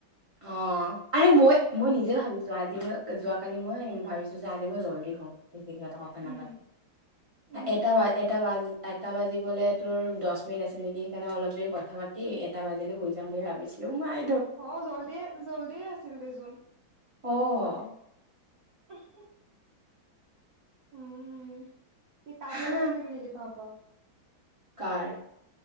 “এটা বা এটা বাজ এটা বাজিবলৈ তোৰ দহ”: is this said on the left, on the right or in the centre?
Right